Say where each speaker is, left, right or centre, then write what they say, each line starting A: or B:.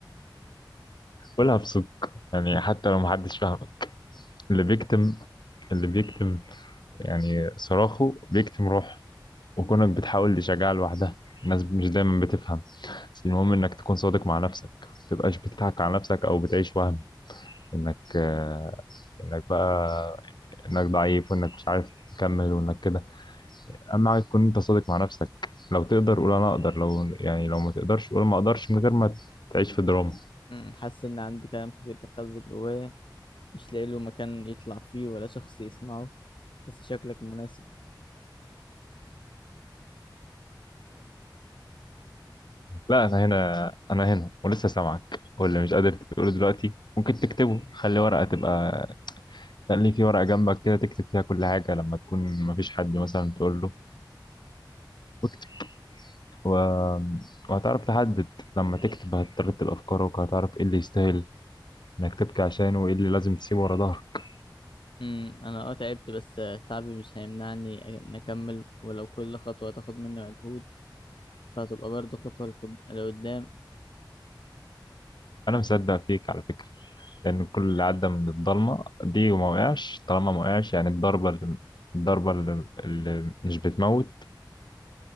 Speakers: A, on the left (about 65°); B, on the left (about 85°).
A: قولها بصدق يعني حتى لو محدش فاهمك اللي بيكتم اللي بيكتم يعني صراخه بيكتم روحه وكونك بتحاول تشجعها لوحدها الناس مش دايما بتفهم بس المهم إنك تكون صادق مع نفسك ما تبقاش بتضحك على نفسك أو بتعيش وهم إنك آه، انك بقى انك ضعيف وانك مش عارف تكمل وانك كده اهم حاجه تكون انت صادق مع نفسك لو تقدر قول انا اقدر لو يعني لو ما تقدرش قول ما اقدرش من غير ما تعيش في دراما
B: امم حاسس ان عندي كلام كتير بتخزن جوايا مش لاقي له مكان يطلع فيه ولا شخص يسمعه بس شكلك مناسب
A: لا انا هنا انا هنا ولسه سامعك واللي مش قادر تقوله دلوقتي ممكن تكتبه خلي ورقه تبقى خلي في ورقه جنبك كده تكتب فيها كل حاجه لما تكون ما فيش حد مثلا تقول له واكتب و... وهتعرف تحدد لما تكتب هترتب افكارك وهتعرف ايه اللي يستاهل انك تبكي عشانه وايه اللي لازم تسيبه ورا ظهرك
B: امم انا اه تعبت بس آه، تعبي مش هيمنعني ان اكمل ولو كل خطوه تاخد مني مجهود فهتبقى برضه خطوه لقد- لقدام
A: انا مصدق فيك على فكره لأن كل اللي عدى من الضلمة دي وما وقعش طالما ما وقعش يعني الضربة اللي الضربة اللي اللي مش بتموت